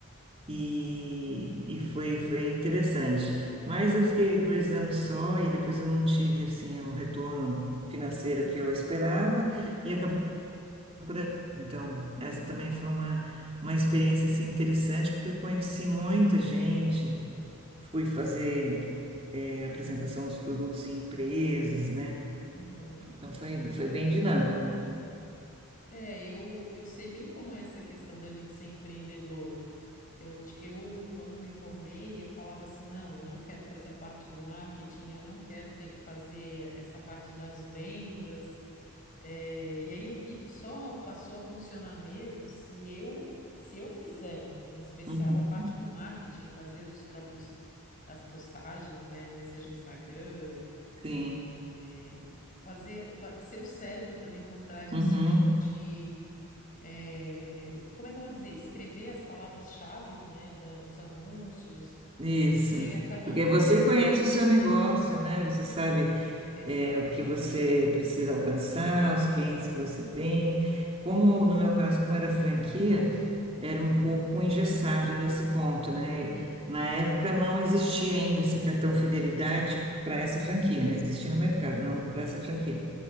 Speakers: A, on the right; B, on the left.
A: E, e foi, foi interessante. Mas eu fiquei dois anos só e depois eu não tive, assim, o retorno financeiro
B: Uhum.
A: que eu esperava e acabei por aí. Então, essa também foi uma, uma experiência assim, interessante, porque eu conheci muita gente, fui fazer eh, apresentação dos produtos em empresas, né?
B: Uhum.
A: Então, foi, foi bem dinâmico.
B: É, eu, eu sei bem como é essa questão da gente ser empreendedor. Eu, ti- eu, quando me formei, eu falava assim, não, eu não quero fazer a parte do marketing, eu não quero ter que fazer essa parte das vendas. É, e aí eu vi que só passou a funcionar mesmo se eu se eu fizer, em especial
A: Uhum.
B: a parte do marketing, fazer os próprios as postagens, né, seja Instagram,
A: Sim,
B: é, fazer fa- ser o cérebro também por trás
A: Uhum.
B: no sentido de é, como é que eu vou dizer, escrever as palavras-chaves, né, da- dos anúncios,
A: Isso.
B: porque acabando
A: Porque
B: eu
A: você
B: tenho
A: conhece o seu negócio, né? Você sabe
B: exatamente.
A: é, o que você precisa alcançar, os clientes que você tem. Como no meu caso, como era franquia, era um pouco engessado nesse ponto, né? Na época não existia ainda esse cartão fidelidade para essa franquia, né? Existia no mercado, não para essa franquia.